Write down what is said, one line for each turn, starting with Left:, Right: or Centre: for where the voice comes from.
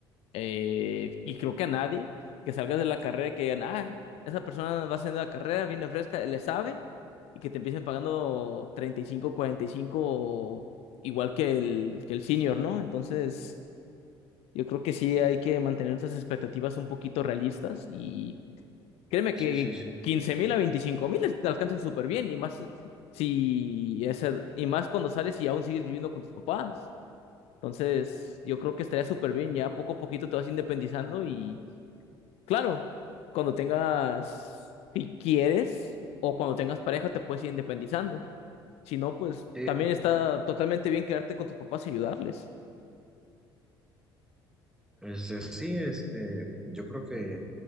Left: Eh, y creo que a nadie que salgas de la carrera y que digan, ah, esa persona va haciendo la carrera, viene fresca, le sabe, y que te empiecen pagando treinta y cinco cuarenta y cinco igual que el, que el senior, ¿no? Entonces, yo creo que sí hay que mantener esas expectativas un poquito realistas y créeme
Centre: Sí,
Left: que
Centre: sí, sí,
Left: quince mil a veinticinco mil te alcanzan súper bien y más si ese, y más cuando sales y aún sigues viviendo con tus papás. Entonces, yo creo que estaría súper bien, ya poco a poquito te vas independizando y Claro, cuando tengas, si quieres, o cuando tengas pareja, te puedes ir independizando. Si no, pues
Centre: sí,
Left: también está totalmente bien quedarte con tus papás y ayudarles.
Centre: este, sí, este, yo creo que